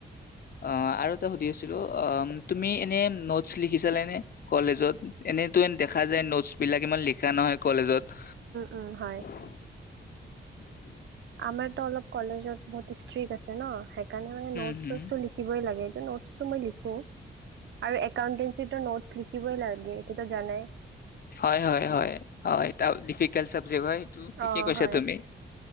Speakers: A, on the left (about 55°); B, on the right (about 80°).
A: অ আৰু সুধি আছিলো অ তুমি এনে নোটচ লিখিচিলানে নে কলেজত এনে দেখা যায় নোটছ বিলাক ইমান লিখ লিখানহয় কলেজত উ
B: উম হয়।
A: <unintelligible>
B: আমাৰতো অলপ কলেজত বহুত ষ্ট্ৰিক্ আছে ন সেই কাৰণে মানে নোট
A: উম, হুম,
B: টো লিবই লাগে এইটো ন লিখো আৰু একাউটেচিটো নোটছ লিখিবই লাগে সেইটো জানাই
A: হয় হয় হয় হয় এ ডিফিক হয়টো ঠিকে
B: অ'
A: কৈছা
B: হয়।
A: তুমি